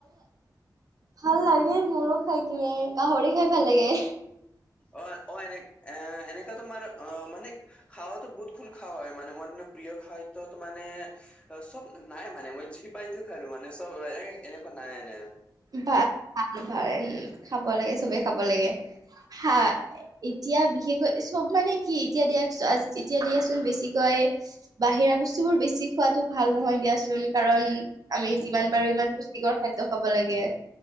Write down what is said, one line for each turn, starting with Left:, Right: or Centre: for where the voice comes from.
Right: ভাল লাগে মোৰো খাই কিনে, গাহৰি খাই ভাল লাগে।
Left: অ', অ' এনে-এনেকা তোমাৰ অ' মানে খাৱটো বহুতখন খাৱে মানে মই প্ৰিয় খাদ্যত মানে চব, নাই মানে মই যি পাইতো খালোঁ মানে চব এ, এনে নাই নাই।
Right: ভাল-ভাল ভাল খাব লাগে, চবে খাব লাগে। হা, এতিয়া বিশেষকৈ চব মানে কি এতিয়া দিয়াক-দিয়াচোন এতিয়া দিয়াচোন বেছিকৈ বাহিৰা বস্তুবোৰ বেছি খোৱাটো ভাল নহয় দিয়াচোন, কাৰণ আমি যিমান পাৰো ইমান পুষ্টিকৰ খাদ্য খাব লাগে,